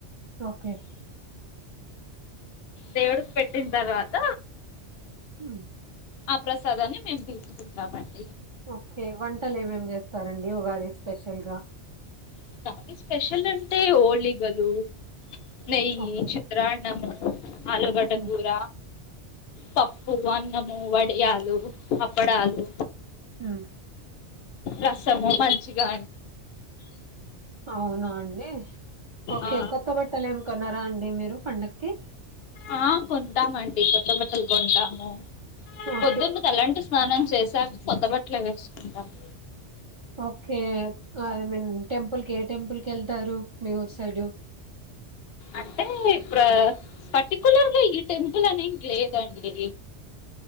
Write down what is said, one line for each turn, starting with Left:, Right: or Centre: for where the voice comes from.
Right: ఓకే
Left: దేవుడికి పెట్టిన తర్వాత
Right: అవును
Left: ఆ ప్రసాదాన్ని మేము తీసుకుంటామండి
Right: ఓకే వంటలు ఏమేమి చేస్తారండి ఉగాది స్పెషల్ గా
Left: ఉగాది స్పెషల్ అంటే హోలిగలు నెయ్యి
Right: ఓకే
Left: చిత్రాన్నము ఆలుగడగూర
Right: ఉమ్,
Left: పప్పు అన్నము వడియాలు అప్పడాలు
Right: ఉమ్,
Left: రసము మజ్జిగా
Right: అవునా అండి ఓకే
Left: ఆ
Right: కొత్త బట్టలు ఏమి కొనరా అండి మీరు పండక్కి
Left: ఆ కొంటాం అండి కొత్త బట్టలు కొంటాం ము
Right: ఓకే
Left: పొద్దున్న తలంటూ స్నానం చేశాక కొత్త బట్లే వేసుకుంటాము
Right: ఓకే ఐ మీన్ టెంపుల్ కె టెంపుల్ కెళ్తరు మీ ఊరు సైడు
Left: అంటే ఇప్ర పర్టిక్యులర్గా ఈ టెం ప్పులనేకి లేదాండి